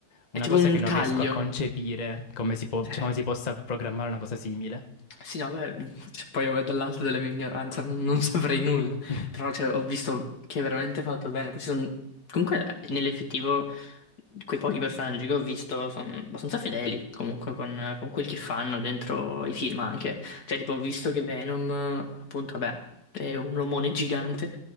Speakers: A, on the left; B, on the left.
A: una
B: È tipo
A: cosa
B: un
A: che non
B: taglio.
A: riesco a concepire, come si può-
B: Cioè,
A: cioè, come si possa programmare una cosa simile.
B: Sì, no, beh, cioè, poi io dall'alto della mia ignoranza non, non saprei nulla,
A: <laughs>
B: però cioè, ho visto che è veramente fatto bene. Poi ci sono- Comunque, nell'effettivo, quei pochi personaggi che ho visto sono abbastanza fedeli, comunque, con, con quel che fanno dentro i film anche. Cioè, tipo, ho visto che Venom, appunto, vabbè, è un omone gigante,